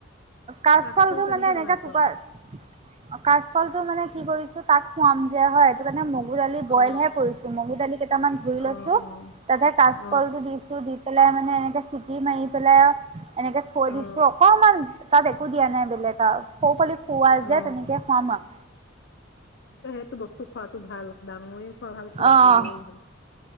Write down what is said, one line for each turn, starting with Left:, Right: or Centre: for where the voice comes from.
Right: কাচকলটো
Left: কাচকল কেনেকে
Right: মানে এনেকাে
Left: বনাইছ
Right: টুকুৰা কাচকললটো মানে কি কৰিছো তাক খোৱাম যে হয় এইটো কাৰণে ম মগু দালি বইল
Left: অ
Right: হে কৰিছোঁ মগু দালি কেটামান ধুই লৈছো
Left: অ অ অ
Right: তাতে কাঁচকলটো
Left: অ
Right: দি চিটি মাৰি পেলাই আৰু এনেকে থৈ
Left: অ
Right: দিছোক অমান তাত একো দিয়া নাই বেলেগ সৌ পালি খুৱোৱা
Left: অ
Right: যে
Left: অ
Right: তেনেকে খুৱাম আৰু
Left: সেটো বস্তু খোৱাতটো ভাল ডাঙৰেও খোৱা ভাল সৰুৱেও
Right: অ',
Left: ভাল